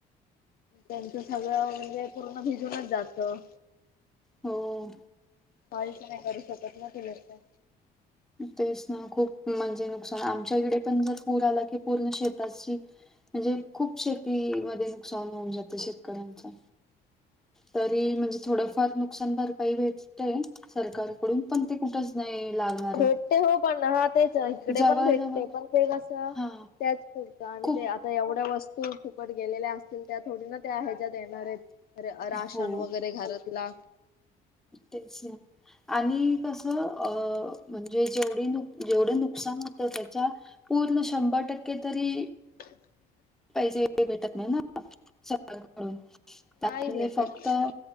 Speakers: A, on the left (about 60°); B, in the centre.
A: त्यांचं सगळं म्हणजे पूर्ण भिजूनच जातं.
B: हो
A: काहीचं नाहीं करूं शकतं नां ती लोकं.
B: तेचं नां खूंप म्हणजे नुकसांन आमच्या इकडे पणं जर पूर आला की पूर्ण शेताची म्हणजे खूंप शेती मध्यें नुकसांन होऊन जातं शेतकऱ्यांचं.
A: हा
B: तरी
A: ना
B: म्हणजे थोडंफार नूक नुकसांन भरपाई भेटते सरकारकडूंन पणं ते कुठचं नाहीं लागणारं.
A: भेटते हो पण हा तेच इकडे
B: जवळ
A: पण भेटते
B: जवळ
A: पण ते कसं त्यांचं
B: हा
A: पुुरता आणि
B: खूप
A: ते आता एवढ्या वस्तूं फुकट गेलेल्यां असतील त्यां थोडी नां त्यां ह्यांज्यात येणारं आहेंत. र - राशन
B: हो
A: वगैरें घरातला.
B: तेचं ना. आणि कसं अ म्हणजे जेवढी नुक जेवढं नुकसान होतं त्यांच्या पूर्ण शंभर टक्के तरी
A: <inaudible>
B: पैसेे भेटतं नाहीं नां, सरकार कडूंन त्यांतले
A: नाही भेटत.
B: फक्तं